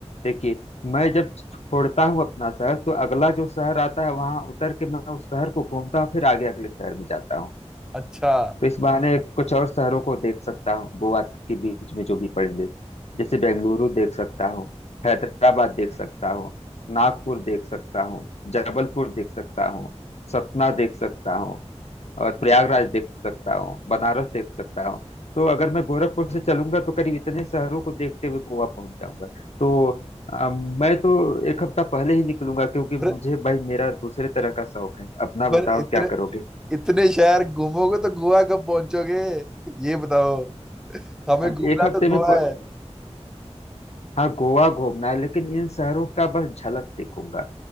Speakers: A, on the left; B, in the centre.
A: देखिए मैं जब छोड़ता हूँ अपना शहर तो अगला जो शहर आता है वहां उतर के मैं उस शहर को घूमता हूँ फिर आगे अगले शहर में जाता हूँ
B: अच्छा
A: तो इस बहाने कुछ और शहरों को देख सकता हूँ गोवा के बीच में जो भी पड़ेंगे जैसे बेंगलुरु देख सकता हूँ हैदराबाद देख सकता हूँ नागपुर देख सकता हूँ जबलपुर देख सकता हूँ सतना देख सकता हूँ और प्रयागराज देख सकता हूँ बनारस देख सकता हूँ तो अगर मैं गोरखपुर से चलूंगा तो करीब इतने शहरों को देखते हुए गोवा पहुंच जाऊंगा तो अ, मैं तो एक हफ्ता पहले ही निकलूंगा क्योंकि मुझे
B: पर
A: भाई मेरा दूसरे तरह का शौक है अपना बताओ
B: पर इतने
A: क्या करोगे
B: इतने शहर घूमोगे तो गोवा कब पहुंचोगे ये बताओ हमें
A: अब
B: घूमना
A: एक हफ्ते
B: तो गोवा
A: में
B: है
A: हाँ गोवा घूमना है लेकिन इन शहरों का बस झलक देखूंगा